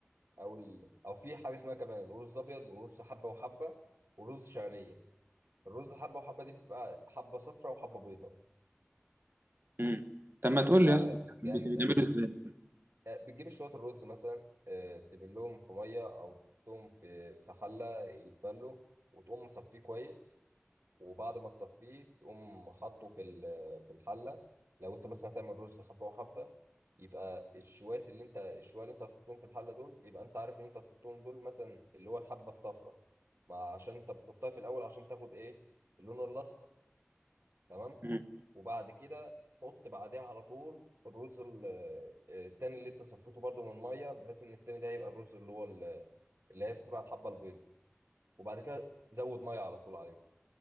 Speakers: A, on the right; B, on the right.
A: او ال او في حاجه اسمها كمان رز ابيض ورز حبه وحبه ورز شعريه الرز حبه وحبه دي بتبقى حبه صفراء وحبه بيضاء
B: امم طب ما تقول
A: بيبقى
B: لي يا اسطى بتعمل-
A: جامد قوي
B: بتعمله ازاي
A: آه، بتجيب شويه الرز مثلا آه، تبلهم في ميه او تحطهم في في حله يتبلوا وتقوم مصفيه كويس وبعد ما تصفيه تقوم حاطه في ال- في الحله لو انت مثلا هتعمل رز حبه وحبه يبقى الشوات اللي انت الشوية اللي انت هتحطهم في الحله دول يبقى انت عارف ان انت هتحطهم دول مثلا اللي هو الحبه الصفراء ما عشان انت بتحطها في الاول عشان تاخد ايه اللون الاصفر تمام
B: امم
A: وبعد كده حط بعديها على طول الرز ال- التاني اللي انت صفيته برده من الميه بحيث ان التاني ده يبقى الرز اللي هو ال- اللي هي بتبقى الحبه البيضاء وبعد كده زود ميه على طول عليه